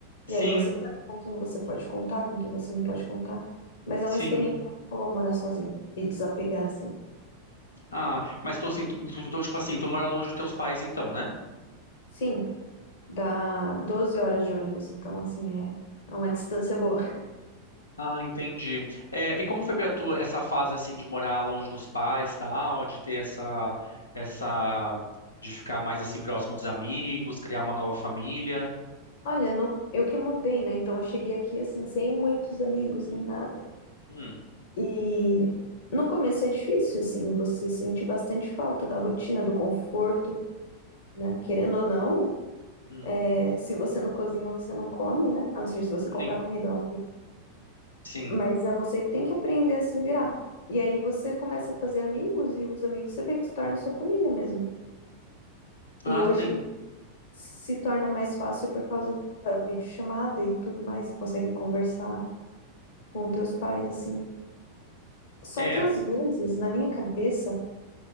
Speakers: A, on the left; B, on the left.
A: E
B: Sim,
A: aí você sabe com quem você pode contar, com quem você não pode contar. Mas é
B: sim.
A: uma experiência muito boa morar sozinho e desapegar, assim.
B: Ah, mas tô assim, tu, tu, tu, tipo assim, tu mora longe dos teus pais então, né?
A: Sim, dá 12 horas de ônibus, então, assim, é é uma distância boa.
B: Ah, entendi. É, e como foi pra tu essa fase assim de morar longe dos pais, tal, de ter essa essa de ficar mais assim próximo dos amigos, criar uma nova família?
A: Olha, no- eu que mudei, né? Então eu cheguei aqui assim, sem muitos amigos nem nada.
B: Hum,
A: E no começo é difícil, assim, você sente bastante falta da rotina, do conforto, né? Querendo ou não,
B: hum,
A: é, se você não cozinha, você não come, né? A não ser se você comprar
B: sim,
A: comida, óbvio.
B: sim.
A: Mas é você que tem que aprender a se virar. E aí você começa a fazer amigos e os amigos você vê que se torna sua família mesmo. E
B: Ah,
A: hoje
B: sim.
A: se torna mais fácil por causa da videochamada e tudo mais, você consegue conversar com teus pais, assim. Só
B: É.
A: que às vezes, na minha cabeça,